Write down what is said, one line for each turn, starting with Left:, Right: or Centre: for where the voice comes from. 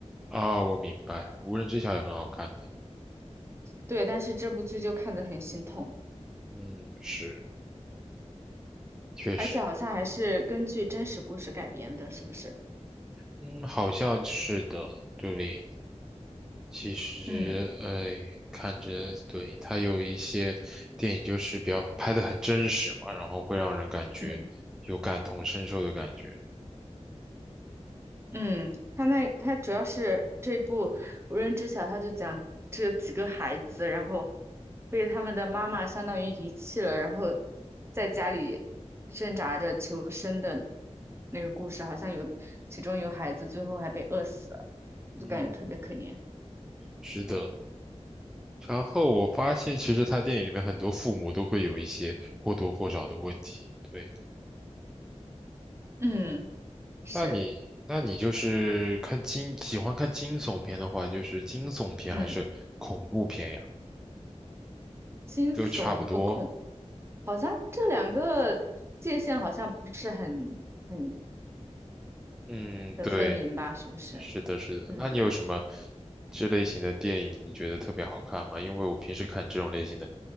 Centre: 啊，我明白，《无人知晓》也很好看的。
Right: 对，但是这部剧就看得很心痛，
Centre: 嗯，是，确实，
Right: 而且好像还是根据真实故事改编的，是不是？
Centre: 嗯，好像是的，对。其实，
Right: 嗯
Centre: 呃，看着，对，它有一些电影就是比较拍的很真实嘛，然后会让人感觉有感同身受的感觉。
Right: 嗯嗯，他那他主要是这部《无人知晓》，他就讲这几个孩子，然后被他们的妈妈相当于遗弃了，然后在家里挣扎着求生的那个故事，好像有其中有孩子最后还被饿死了，就感觉特别可怜。
Centre: 嗯，是的。然后我发现，其实他电影里面很多父母都会有一些或多或少的问题。对，
Right: 嗯，是，
Centre: 那你那你就是看惊，喜欢看惊悚片的话，就是惊悚片还是恐怖片呀？
Right: 嗯，惊悚和恐。
Centre: 都差不多。
Right: 好像这两个界限好像不是很很
Centre: 嗯，
Right: 很分明吧？
Centre: 对。
Right: 是不是？
Centre: 是的，是的。
Right: 嗯，
Centre: 那你有什么这类型的电影你觉得特别好看吗？因为我平时看这种类型的